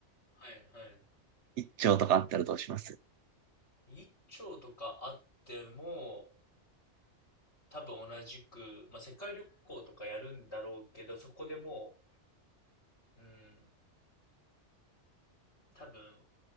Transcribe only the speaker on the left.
はい、はい。
一丁とかあっても、多分同じく、まあ、世界旅行とかやるんだろうけど、そこでもう、うん、多分